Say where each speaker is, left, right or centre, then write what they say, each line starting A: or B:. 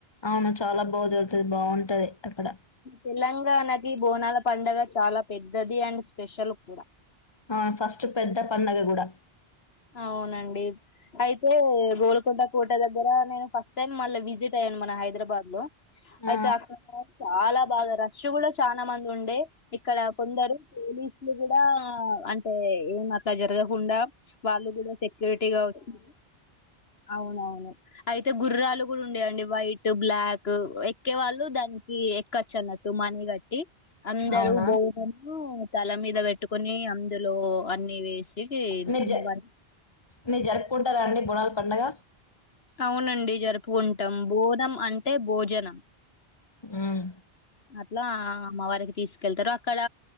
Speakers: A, on the left; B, on the left.
A: అవు చాలా బాగా చరుగుతుది బాగుంటది తక్కడ
B: తెలంగాణకి బోనాల పంండగ చాలా పెద్దది అండ్ స్పెషల్ కూడా
A: ఆ ఫస్ట్ పెద్ద పండగ కూడా
B: అవునండి అయితే గోల్కొండ కోట దగ్గర నేను ఫస్ట్ టైం మళ్ళా విజిట్ అయ్యాను మన హైదరాబాద్ లో
A: ఆ
B: అయి అక్క చాలా బాగా రష్ కూడా చాలా మంది ఉండే ఇక్కడ కొందరు పోలీసులు కూడా ఇలా అంటే ఏం అట్లా జరగకుండా వాళ్ళు కూడా సెక్యూరిటీగా వచ్చి అవునవును అయితే గుర్రాలు కూడా ఉండేయంండి వైట్ బ్లాక్ ఎక్కేవాళ్ళు దానికి కచ్చ నట్టు మన గట్టు ది అందరూ
A: అవునా
B: బౌ <unintelligible> తల మీద పెట్టుకుని అందులో అన్ని వేస్ సి గ
A: మీరు
B: అమ్మ
A: జ
B: వారి
A: మీరు జరుపుకుంటారా అండి బునాల పండుగ
B: అవునండి జరుపుకుంటాం బోనం అంటే భోజనం
A: మ్మ్
B: అట్లా అమ్మవారికి తీసుకెళ్తారు అక్కడ